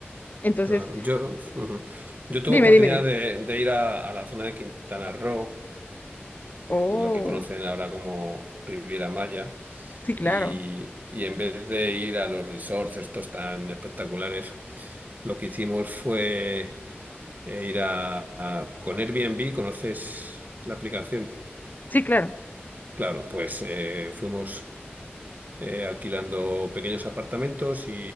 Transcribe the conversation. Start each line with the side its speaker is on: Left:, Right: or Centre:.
Left: Entonces,
Right: claro. Yo, ujú. Yo tuve
Left: dime,
Right: oportunidad
Left: dime, dime.
Right: de, de ir a, a la zona de Quintana Roo,
Left: Oh,
Right: lo que conocen ahora como Riviera Maya,
Left: sí, claro,
Right: y, y en vez de ir a los resorts estos tan espectaculares, lo que hicimos fue eh, ir a, a- con Airbnb, ¿conoces la aplicación?
Left: sí, claro.
Right: Claro, pues eh, fuimos. eh, alquilando pequeños apartamentos y,